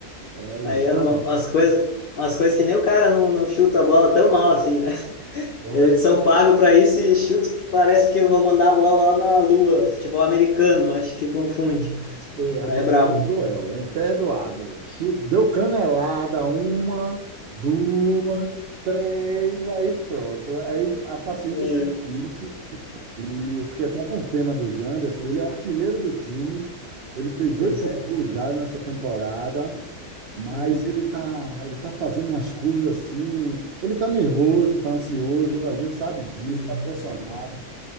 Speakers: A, on the right (about 75°); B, on the left (about 80°).
A: É, o
B: Aí
A: Janderson,
B: um- umas coisas, umas coisas que nem o cara não, não chuta a bola tão mal assim, né?
A: né?
B: Eles são pagos para isso e chutam que parece que vão mandar a bola lá na lua. Futebol americano, acho que confunde.
A: É, a
B: Aí
A: torcida
B: é brabo.
A: é cruel, é imperdoável. Chu- Deu canelada, uma, duas, três, aí pronto. Aí a paciência
B: É,
A: teve limite. E eu fiquei até com pena do Janderson. Ele é o artilheiro do time. Ele fez
B: Pois
A: oito
B: é.
A: gols já nessa temporada, mas
B: Uhum,
A: ele tá, ele tá fazendo umas coisas assim. Ele tá nervoso, tá ansioso, a gente sabe disso,
B: uhum.
A: tá pressionado.